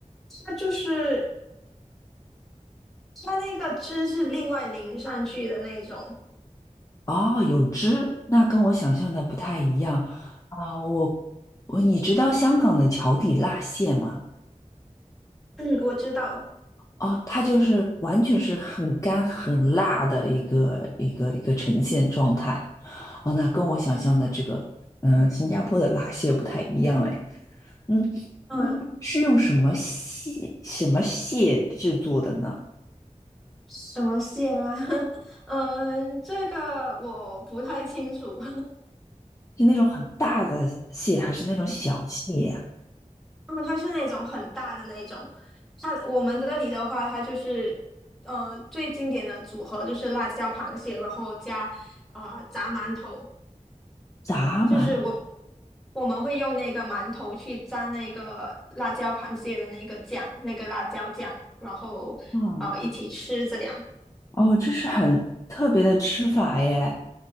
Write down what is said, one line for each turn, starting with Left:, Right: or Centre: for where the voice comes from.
Centre: 它就是它那个汁是另外淋上去的那种。
Left: 哦，有汁，那跟我想象的不太一样啊。我我，你知道香港的桥底辣蟹吗？
Centre: 嗯，我知道。
Left: 哦，它就是完全是很干很辣的一个一个一个呈现状态。哦，那跟我想象的这个，嗯，新加坡的辣蟹不太一样哎。嗯，
Centre: 嗯，
Left: 是用什么蟹什么蟹制作的呢？
Centre: 什么蟹吗？<laughs> 嗯，这个我不太清楚。<laughs>
Left: 是那种很大的蟹，还是那种小蟹呀、
Centre: 嗯，它是那种很大的那种。它我们这里的话，它就是呃最经典的组合就是辣椒螃蟹，然后加呃炸馒头。
Left: 闸鳗
Centre: 就是我我们会用那个馒头去沾那个辣椒螃蟹的那个酱，那个辣椒酱，然后呃一起吃这样。
Left: 啊？哦，这是很特别的吃法耶。